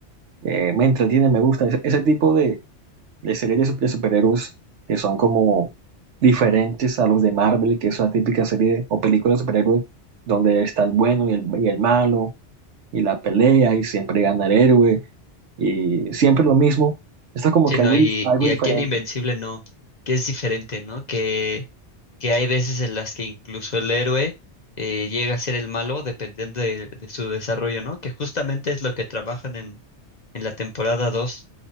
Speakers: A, on the right; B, on the left.
A: eh, me entretiene, me gusta. Ese, ese tipo de, de series de, su- de superhéroes que son como diferentes a los de Marvel, que es la típica serie de- o película de superhéroes donde está el bueno y el, y el malo y la pelea y siempre gana el héroe y siempre lo mismo. Esto como
B: Sí,
A: que
B: ¿no?
A: algo,
B: Y,
A: dif- algo
B: y
A: diferente.
B: aquí en Invencible no, que es diferente, ¿no? Que, que hay veces en las que incluso el héroe eh, llega a ser el malo dependiendo de, de su desarrollo, ¿no? Que justamente es lo que trabajan en, en la temporada dos